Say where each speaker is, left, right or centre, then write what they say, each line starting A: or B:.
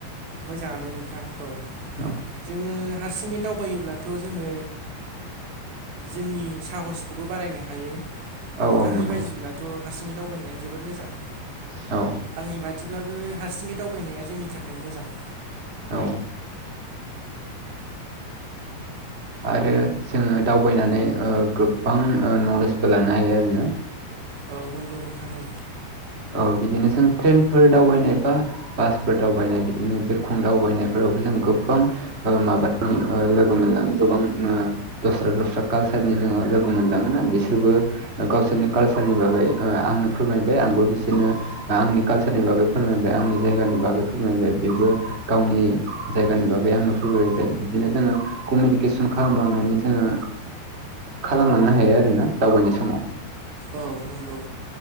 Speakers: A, on the right; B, on the right.
A: मोजाङानो नोंथांखौ
B: औ
A: जोङो हारसिङै दावबायोब्लाथ' जोङो जोंनि साहसखौबो बारायनो हायो
B: औ
A: नोंथांनि
B: औ नंगौ
A: बायदिब्लाथ' हारसिङै दावबायनायानो जोबोद मोजां
B: औ
A: आंनि बादिब्लाबो हारसिङै दावबायनाया जोंनि थाखाय मोजां
B: औ आरो जोङो दावबायनानै गोबां नलेजबो लानो हायो आरोना
A: औ नंगौ नोंथां औ
B: औ बिदिनो जों ट्रेनफोर दावबायनाय बा बासफोर दावबायनाय बिदिनो बिरखं दावबायनायफोरावबो जों गोबां माबा लोगो मोनलां गोबां दस्रा दस्रा कालसारनि जोङो लोगो मोनलाङोना बिसोरबो गावसोरनि कालसारनि बागै आंनो फोरमायबाय आंबो बिसोरनो आंनि कालसारनि बागै फोरमायबाय आंनि जायगानि बागै फोरमायबाय बेबो गावनि जायगानि बागै आंनो फैबाय बिदिनो जोङो कमिउनिकेसन खालामलांनानै जोङो खालामलांनो हायो आरोना दावबायनाय समाव
A: औ नंगौ